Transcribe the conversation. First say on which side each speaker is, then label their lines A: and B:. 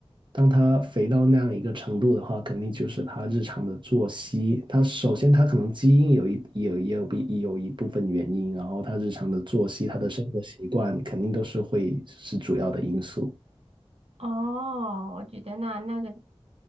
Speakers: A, on the right; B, on the right.
A: 当他肥到那样一个程度的话，肯定就是他日常的作息。他首先他可能基因有一有也有比有一部分原因，然后他日常的作息、他的生活习惯肯定都是会是主要的因素。
B: 哦，我觉得那那个